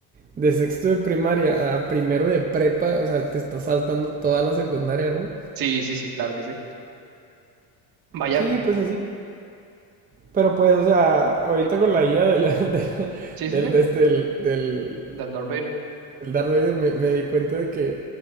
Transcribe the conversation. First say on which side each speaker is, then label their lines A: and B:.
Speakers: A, on the right (about 20°); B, on the right (about 50°).
A: de sexto de primaria a primero de prepa, o sea, te está saltando toda la secundaria, ¿no?
B: Sí, sí, sí, claro que sí. Vaya.
A: Sí, pues así. Pero pues, o sea, ahorita
B: y co-
A: con la IA de la- <laughs> de la-
B: Sí,
A: del,
B: sí, sí.
A: de este, del, del,
B: Del Darth Vader.
A: del Darth Vader me, me di cuenta de que,